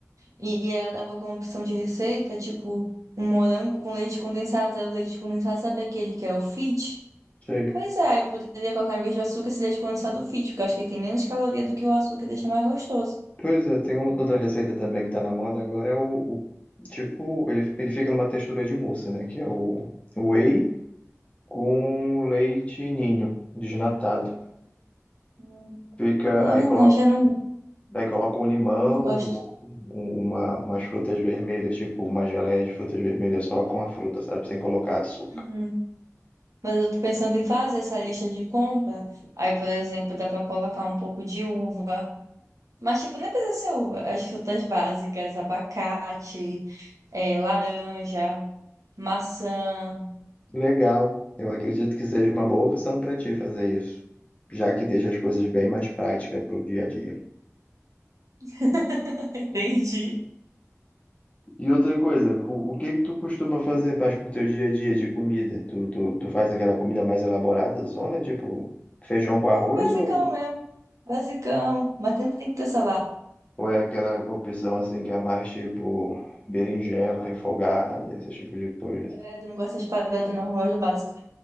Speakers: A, on the right (about 85°); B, on the left (about 25°).
A: e ela dava como opção de receita, tipo, um morango com leite condensado. Mas era o leite condensado, sabe aquele que é o Fit?
B: Sei.
A: Pois é, aí eu poderia colocar em vez do açúcar esse leite condensado Fit, porque eu acho que ele tem menos caloria do que o açúcar e deixa mais gostoso.
B: Pois é, tem um- outra receita também que tá na moda agora, é o, o- tipo, ele, ele fica numa textura de mousse, né? Que é o whey com leite ninho desnatado.
A: Hum.
B: Fica,
A: É,
B: aí coloca,
A: não, já não,
B: aí coloca um limão,
A: não gosto.
B: um- um, uma, umas frutas vermelhas, tipo uma geleia de frutas vermelhas só com a fruta, sabe? Sem colocar açúcar.
A: Uhum. Mas eu tô pensando em fazer essa lista de compra. Aí, por exemplo, dá pra colocar um pouco de uva. Mas, tipo, nem precisa ser uva. As frutas básicas, abacate, eh, laranja, maçã.
B: Legal. Eu acredito que seja uma boa opção para ti fazer isso, já que deixa as coisas bem mais práticas para o dia a dia.
A: <laughs> Entendi.
B: E outra coisa, o, o que que tu costuma fazer mais pro teu dia a dia de comida? Tu, tu, tu faz aquela comida mais elaborada, zona, tipo feijão com arroz,
A: Basicão
B: ou,
A: mesmo, basicão. Mas sempre tem que ter salada.
B: ou é aquela opção assim que é mais tipo berinjela, refogada, esse tipo de coisa?
A: Credo, não gosto das paradas, não. Eu Gosto do básico.